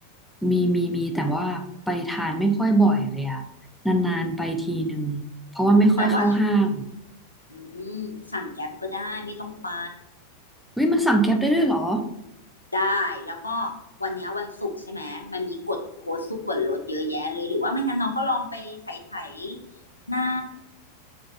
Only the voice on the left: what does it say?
แต่ว่าอืมสั่งแก๊ปก็ได้ไม่ต้องไป
ได้แล้วก็วันเนี้ยวันศุกร์ใช่ไหมมันมีกดโค้ดส่วนลดเยอะแยะเลยหรือว่าไม่งั้นน้องก็ลองไปไถไถหน้า